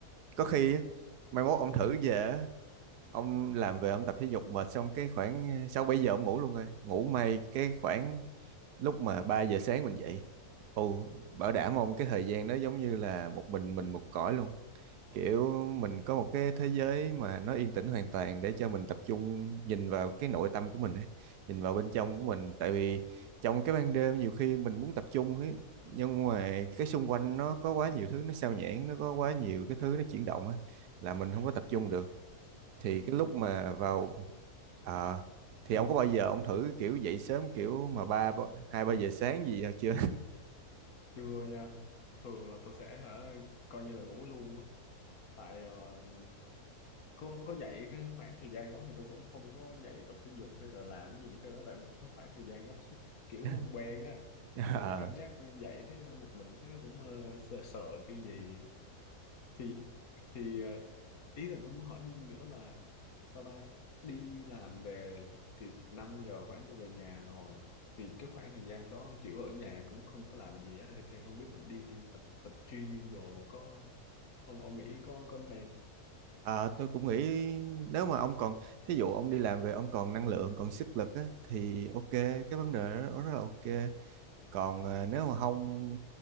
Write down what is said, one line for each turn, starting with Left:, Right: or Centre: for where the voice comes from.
Right: có khi á, mai mốt ông thử về á, ông làm về ông tập thể dục mệt xong cái khoảng 6 7 giờ ông ngủ luôn rồi. Ngủ may cái khoảng lúc mà 3 giờ sáng mình dậy ồ bảo đảm ông cái thời gian đó giống như là một mình mình một cõi luôn kiểu mình có một cái thế giới mà nó yên tĩnh hoàn toàn để cho mình tập trung nhìn vào cái nội tâm của mình ấy, nhìn vào bên trong
Left: ừ
Right: của mình tại vì trong cái ban đêm nhiều khi mình muốn tập trung ấy, nhưng mà cái xung quanh nó có quá nhiều thứ nó sao nhãng nó có quá nhiều cái thứ nó chuyển động á là mình không có tập trung
Left: ừ
Right: được thì
Left: ừ
Right: cái lúc mà vào Ờ, thì ông có bao giờ ông thử kiểu dậy sớm kiểu mà ba ba- hai ba giờ sáng gì chưa?
Left: chưa nha thường là tôi sẽ hả coi như là ngủ luôn á tại ờ, có có dạy cái khoảng thời gian đó thì tôi cũng không có dạy tập thể dục hay là làm gì hết trơn á tại cái khoảng thời gian đó <laughs> kiểu
Right: <laughs>
Left: không quen á
Right: Ờ,
Left: kiểu cảm giác dạy thấy một mình thấy nó cũng ờ, sợ sợ cái gì thì thì ờ, ý là tôi muốn hỏi nữa là sao ta đi làm về thì 5 giờ khoảng tôi về nhà rồi thì cái khoảng thời gian đó kiểu ở nhà cũng không có làm gì á thì, thì không biết đi đi tập tập gym đồ có ông ông nghĩ có có nên
Right: ờ, tôi cũng nghĩ nếu mà ông còn thí dụ ông đi làm về ông còn năng lượng còn sức lực á, thì ok cái vấn đề đó rất là ok. Còn ờ, nếu mà không